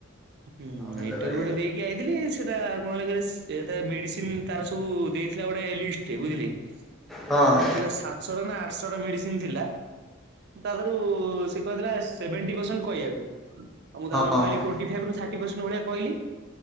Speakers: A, on the right; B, in the centre.
A: ହୁଁ
B: ଆଉ ହେଲେ
A: ଇଣ୍ଟରଭ୍ୟୁ
B: ଭାଇ
A: ଟା ଦେଇ ଯାଇଥିଲି ସେଟା କଣ ହେଲା କହିଲେ ମେଡ଼ିସିନ୍ ତାର ସବୁ ଦେଇଥିଲା ଗୋଟେ ଲିଷ୍ଟ୍ ଟେ ବୁଝିଲେ କି,
B: ହଁ ହଁ
A: ରେ ଥିଲା ସାତଶରେ ନା ଆଠଶ ଟା ମେଡିସିନ ଥିଲା ତାରୁ ସେ କହିଥିଲା ସେଭେଣ୍ଟି ପର୍ସେଣ୍ଟ କହିବାକୁ ଆ ମୁଁ ତାଥୁରୁ
B: ହଁ
A: କହିଲି
B: ହଁ
A: ଟୋଣ୍ଟି ଠିଆବୁରୁ ଥାର୍ଟି ପରସେଣ୍ଟ ଭଳିଆ କହିଲି।